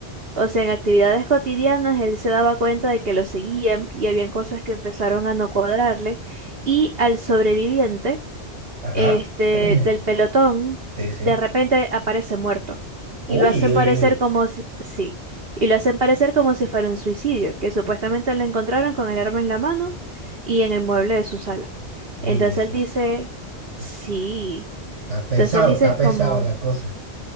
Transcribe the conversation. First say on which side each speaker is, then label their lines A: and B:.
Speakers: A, on the right; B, on the right.
A: O sea, en actividades cotidianas él se daba cuenta de que lo seguían y habían cosas que empezaron a no cuadrarle. Y al sobreviviente
B: Ajá.
A: este,
B: <clears throat>
A: del pelotón,
B: Sí, sí.
A: de repente aparece muerto. Y
B: Uy,
A: lo hacen
B: uy,
A: parecer
B: uy.
A: como si, sí, y lo hacen parecer como si fuera un suicidio, que supuestamente lo encontraron con el arma en la mano y en el mueble de su sala.
B: Uy,
A: Entonces
B: eso
A: él dice,
B: es. uf,
A: sí.
B: está pesado,
A: Entonces él dice
B: está pesado
A: como...
B: la cosa.